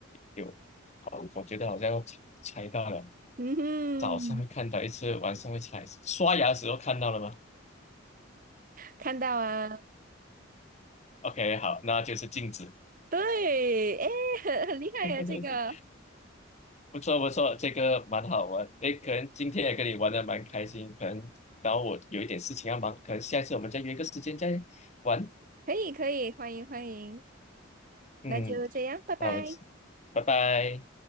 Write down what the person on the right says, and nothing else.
嗯哼，
看到啊，
对，哎，<laughs> 很很厉害呀、
这个
可以可以，欢迎欢迎，
那就这样，拜拜。